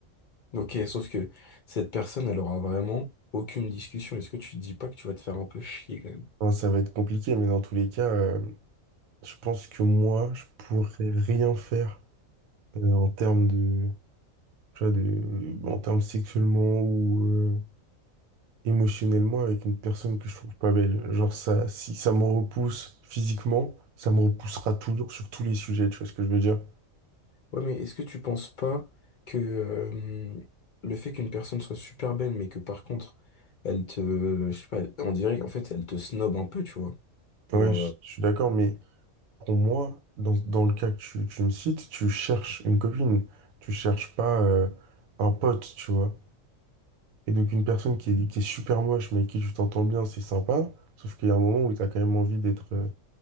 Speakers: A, on the left (about 50°); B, on the right (about 85°).
A: Ok, sauf que cette personne, elle aura vraiment aucune discussion. Est-ce que tu te dis pas que tu vas te faire un peu chier quand même?
B: Enfin, ça va être compliqué, mais dans tous les cas, euh, je pense que moi, je pourrais rien faire euh, en termes de, tu vois, de, en termes sexuellement ou euh, émotionnellement avec une personne que je trouve pas belle. Genre ça, si ça me repousse physiquement, ça me repoussera toujours sur tous les sujets, tu vois ce que je veux dire?
A: Ouais, mais est-ce que tu penses pas que euh, le fait qu'une personne soit super belle, mais que par contre, elle te, je sais pas, on dirait qu'en fait, elle te snob un peu, tu vois.
B: Ouais,
A: Genre,
B: je,
A: euh,
B: je suis d'accord, mais pour moi, dans, dans le cas que tu, tu me cites, tu cherches une copine, tu cherches pas euh, un pote, tu vois. Et donc une personne qui est, qui est super moche, mais avec qui tu t'entends bien, c'est sympa, sauf qu'il y a un moment où tu as quand même envie d'être, euh,